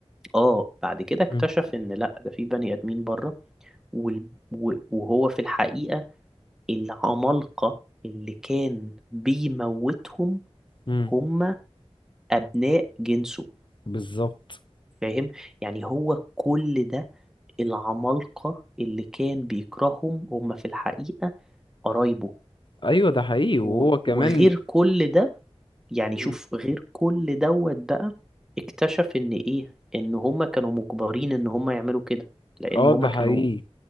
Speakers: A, in the centre; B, on the left.
A: اه بعد كده اكتشف
B: مم.
A: ان لا ده في بني آدمين بره وال... و- وهو في الحقيقة العمالقة اللي كان بيموتهم
B: مم.
A: هم أبناء جنسه
B: بالظبط
A: فاهم يعني هو كل ده العمالقة اللي كان بيكرههم هم في الحقيقة قرايبه
B: ايوه ده حقيقي وهو
A: و-
B: كمان
A: وغير كل ده يعني
B: مم.
A: شوف غير كل دوت بقى اكتشف ان ايه ان هما كانوا مجبرين ان هما يعملوا كده لان
B: اه
A: هما
B: ده حقيقي
A: كانوا